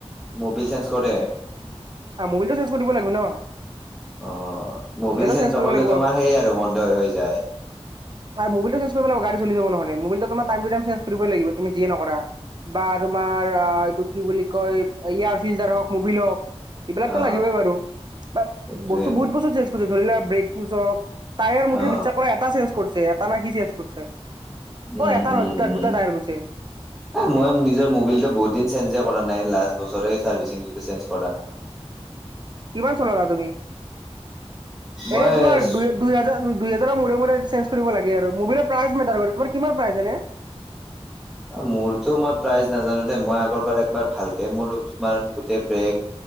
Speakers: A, in the centre; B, on the right.
A: মবিল চেঞ্জ কৰে
B: মোবিলটো চেন্স কৰিব লাগিব ন?
A: অ মবিল
B: এইগিলাটো
A: চেণ্
B: চেঞ্জ
A: নকলে
B: কৰিব লাগিব
A: তোমাৰ সেই আৰু বন্ধ হৈ হৈ যায়।
B: মবিলটো সেন্স কৰিব লাগিব। গাড়ী চলি যাব নহলে। মবিলটো তোমাৰ টাইম টো টাইম ছেন্স কৰিবই লাগিব। তুমি যিয়ে নকৰা। বা তোমাৰ আ এইটো কি বুলি কয়? এয়াৰ ফিল্টাৰ হওঁক মুবিল হওঁক। এইবিলাকতো
A: অ
B: লাগিবই বাৰু বা
A: সেইটোৱে
B: বস্তু বহুত বস্তু চেজ কৰি ধৰি লোৱা ব্ৰেক চুচ হওক, টায়াৰ মুঠে
A: অ
B: বিশ্বাস কৰা এটা চেঞ্জ কৰিছে। এটা নে কি চেঞ্জ কৰিছে।
A: উম
B: অ এটা
A: উম
B: নহয়, দুটা
A: উম
B: দুটা টায়াৰ গৈছে।
A: মই নিজৰ মূ্বিলটো বহুত দিন চেঞ্জে কৰা নাই। লাষ্ট বছৰে চাৰ্ভিচিং চেঞজ কৰা।
B: কিমান চলালা তুমি?
A: মই
B: এনে তোমাৰ দুই দুই হাজাৰ দুই হাজাৰ মূৰে মূৰে চেঞ্জ কৰিব লাগে আৰু। মুবিলৰ প্ৰাইচ মেটাৰ কৰে। তোমাৰ কিমান প্ৰাইচ এনে?
A: মোৰতো মই প্ৰাইজ নাজানো দে। মই আগৰ পৰা একবাৰ ভালকে মোৰ তোমাৰ গোটেই ব্ৰেক